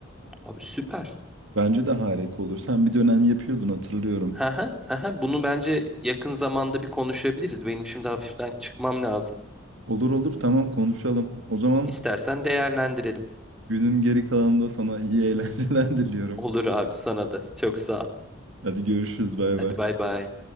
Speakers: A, in the centre; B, on the right (about 80°).
A: Abi süper.
B: Bence de harika olur. Sen bir dönem yapıyordun hatırlıyorum.
A: Haha, haha. Bunu bence yakın zamanda bir konuşabiliriz. Benim şimdi hafiften çıkmam lazım.
B: Olur olur tamam konuşalım. O zaman
A: İstersen değerlendirelim.
B: günün geri kalanında sana iyi eğlenceler <laughs> diliyorum.
A: Olur abi sana da. Çok sağ ol.
B: Hadi görüşürüz bay
A: Hadi
B: bay.
A: bay bay.